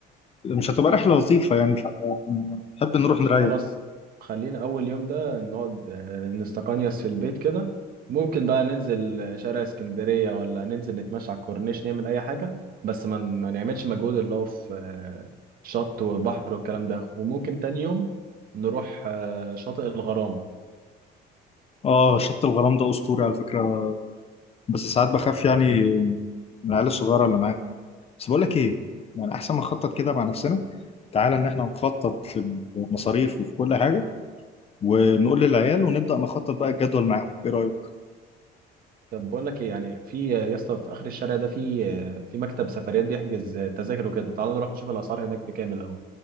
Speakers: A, on the left; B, on the right.
A: مش هتبقى رحله لطيفه يعني فنحب نروح
B: ماشي،
A: نريح
B: خلاص خلينا أول يوم ده نقعد آه، نستقنيس في البيت كده ممكن بقى ننزل آه، شارع اسكندرية ولا ننزل نتمشى على الكورنيش نعمل أي حاجة بس ما ما نعملش مجهود اللي هو في آه، شط وبحر والكلام ده وممكن تاني يوم نروح آه، شاطئ الغرام
A: اه شط الغرام ده اسطوري على فكره بس ساعات بخاف يعني من العيال الصغيره اللي معانا بس بقول لك ايه يعني احسن ما نخطط كده مع نفسنا تعالى ان احنا نخطط في المصاريف وفي كل حاجه ونقول للعيال ونبدا نخطط بقى الجدول معاهم ايه رايك
B: طب بقول لك ايه يعني في آه، يا اسطى في آخر الشارع ده في آه، في مكتب سفريات بيحجز آه، تذاكر وكده تعال نروح نشوف الأسعار هناك بكام الأول